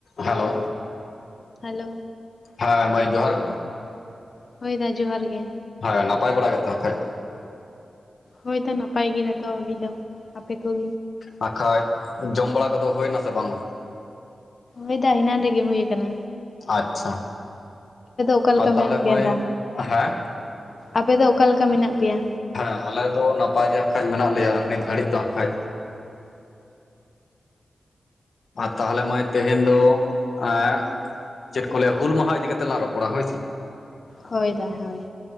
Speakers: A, on the left; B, on the left.
A: Hello
B: hello
A: ᱦᱮᱸ ᱢᱟᱹᱭ ᱡᱚᱦᱟᱨ ᱜᱮ᱾
B: ᱦᱳᱭ ᱫᱟ ᱡᱚᱦᱟᱨ ᱜᱮ᱾
A: ᱦᱟᱭ ᱱᱟᱯᱟᱭ ᱵᱟᱲᱟ ᱜᱮᱛᱚ ᱦᱟᱸᱜ ᱠᱷᱟᱡ?
B: ᱦᱳᱭ ᱫᱟ ᱱᱟᱯᱟᱭ ᱜᱮ ᱱᱤᱛᱚᱜ ᱦᱟᱵᱤᱡ ᱫᱚ, ᱟᱯᱮ ᱠᱚᱜᱤ?
A: ᱦᱟᱸᱜ ᱠᱷᱟᱡ ᱡᱚᱢ ᱵᱟᱲᱟ ᱠᱚᱫᱚ ᱦᱳᱭ ᱱᱟᱥᱮ ᱵᱟᱝ ᱢᱟᱹᱭ?
B: ᱦᱳᱭ ᱫᱟ ᱤᱱᱟᱱ ᱨᱮᱜᱮ ᱦᱳᱭ ᱠᱟᱱᱟ᱾
A: ᱟᱪᱪᱷᱟ
B: ᱚᱠᱟ ᱞᱮᱠᱟ
A: ᱟᱨ ᱛᱟᱦᱟᱞᱮ
B: ᱢᱮᱱᱟᱜ ᱯᱮᱭᱟ
A: ᱢᱟᱹᱭ
B: ᱫᱟ
A: ᱦᱮᱸ
B: ᱟᱯᱮ ᱫᱚ ᱚᱠᱟ ᱞᱮᱠᱟ ᱢᱮᱱᱟᱜ ᱯᱮᱭᱟ?
A: ᱦᱮᱸ ᱟᱞᱮ ᱫᱚ ᱱᱟᱯᱟᱭ ᱜᱮ ᱦᱟᱸᱜ ᱠᱷᱟᱡᱽ ᱢᱮᱱᱟᱜ ᱞᱮᱭᱟ ᱱᱤᱛ ᱜᱷᱟᱹᱲᱤᱡ ᱫᱚ ᱦᱟᱸᱜ ᱠᱷᱟᱡᱽ᱾ ᱟᱨ ᱛᱟᱦᱟᱞᱮ ᱢᱟᱹᱭ ᱛᱮᱦᱮᱧ ᱫᱚ ᱮᱸ ᱪᱮᱫ ᱠᱚ ᱞᱟᱹᱭᱟ ᱦᱩᱞ ᱢᱟᱦᱟ ᱤᱫᱤ ᱠᱟᱛᱮᱜ ᱞᱟᱝ ᱨᱚᱯᱚᱲᱟ ᱦᱳᱭ ᱥᱮ᱾
B: ᱦᱳᱭ ᱫᱟ ᱦᱳᱭ᱾